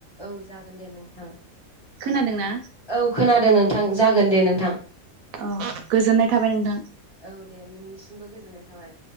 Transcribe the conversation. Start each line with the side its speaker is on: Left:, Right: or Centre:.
Left: औ जागोन दे नोंथां
Right: खोनादोंना?
Left: औ खोनादों नों नोंथां जागोन दे नोंथां
Right: औ गोजोननाय थाबाय नोंथां
Left: औ दे <inaudible> गोजोननाय थाबाय